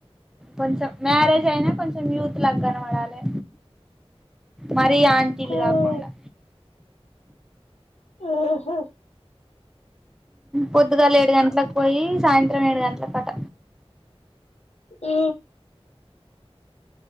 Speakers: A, in the centre; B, on the left.
A: కొంచెం మ్యారేజ్ అయినా కొంచెం యూత్ లాగా కనపడాలే మరి ఆంటీలు
B: మ్మ్
A: కాకుండా
B: ఆహా
A: పొద్దుగాల ఏడు గంటలకు పోయి సాయంత్రం ఏడు గంటలకు కంట
B: ఇ